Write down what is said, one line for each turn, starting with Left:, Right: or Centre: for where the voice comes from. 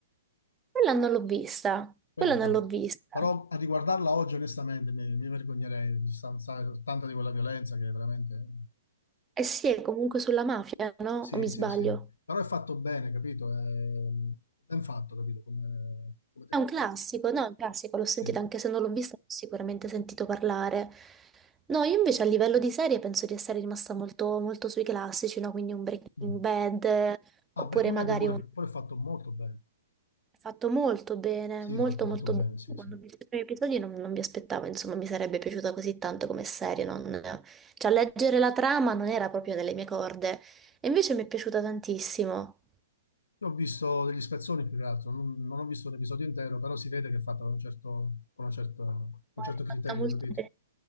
Right: Quella non l'ho vista,
Left: Quella
Right: quella
Left: è fatta.
Right: non l'ho vista.
Left: Però a riguardarla oggi, onestamente, mi, mi vergognerei, di stanza- tanta di quella violenza che veramente...
Right: Eh sì, è comunque sulla mafia, no?
Left: Sì,
Right: O mi sbaglio?
Left: sì, sì. Però è fatto bene, capito? È ben fatto, capito? Come, come telefilm.
Right: È un classico, no? È un classico, l'ho sentito,
Left: Sì.
Right: anche se non l'ho vista, l'ho sicuramente sentito parlare. No, io invece a livello di serie penso di essere rimasta molto, molto sui classici, no? Quindi un Breaking
Left: Mm.
Right: Bad, eh,
Left: Ah,
Right: oppure
Left: Breaking
Right: magari
Left: Bad pure,
Right: un...
Left: pure è fatto molto bene.
Right: fatto molto bene,
Left: Sì,
Right: molto
Left: fatto molto
Right: molto
Left: bene,
Right: bene.
Left: sì,
Right: Quando
Left: sì.
Right: ho visto i primi episodi non, non mi aspettavo, insomma, mi sarebbe piaciuta così tanto come serie, non... Cioè, leggere la trama non era proprio nelle mie corde, e invece mi è piaciuta tantissimo.
Left: Io ho visto degli spezzoni più che altro, non, non ho visto l'episodio intero, però si vede che è fatto con un certo, con una certa- con un certo
Right: è
Left: criterio,
Right: fatta molto
Left: capito?
Right: bene,